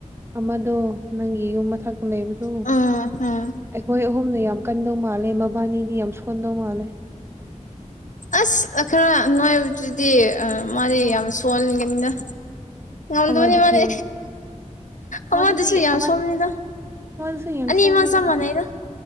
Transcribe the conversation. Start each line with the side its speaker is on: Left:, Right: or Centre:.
Right: ꯑꯃꯗꯣ ꯅꯪꯒꯤ ꯌꯨꯝ ꯃꯊꯛꯄ ꯂꯩꯕꯗꯣ
Left: ꯎꯝ ꯎꯝ
Right: ꯑꯩꯈꯣꯏ ꯑꯍꯨꯝꯅ ꯌꯥꯝ ꯀꯟꯗꯧ ꯃꯥꯜꯂꯦ ꯃꯕꯥꯅꯤꯗꯤ ꯌꯥꯝ ꯁꯣꯟꯗꯧ ꯃꯥꯜꯂꯦ
Left: ꯑꯁ ꯈꯔ ꯅꯣꯏꯕꯗꯨꯗꯤ ꯃꯥꯗꯤ
Right: ꯑꯥ
Left: ꯌꯥꯝ ꯁꯣꯜꯂꯤꯒꯅꯤꯅ ꯉꯗꯕꯨꯅꯤ
Right: ꯑꯃꯗꯨꯗꯤ
Left: ꯃꯅꯦ
Right: ꯑꯃꯗꯨꯗꯤ
Left: ꯑꯃꯗꯁꯨ ꯌꯥꯝ
Right: ꯑꯃ
Left: ꯁꯣꯕꯅꯤꯗ
Right: ꯑꯃꯗꯨꯁꯨ ꯌꯥꯝ
Left: ꯑꯅꯤꯃ
Right: ꯁꯣꯜꯂꯤ
Left: ꯆꯞ
Right: ꯍꯣꯏ
Left: ꯃꯥꯟꯅꯩꯗ